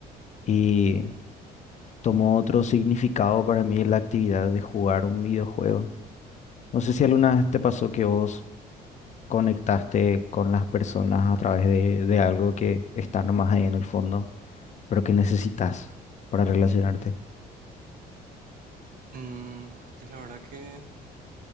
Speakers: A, on the left (about 45°); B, on the right (about 55°).
A: y tomó otro significado para mí la actividad de jugar un videojuego. No sé si alguna vez te pasó que vos conectaste con las personas a través de, de algo que está nomás ahí en el fondo, pero que necesitas para relacionarte.
B: Mm, y la verdad que,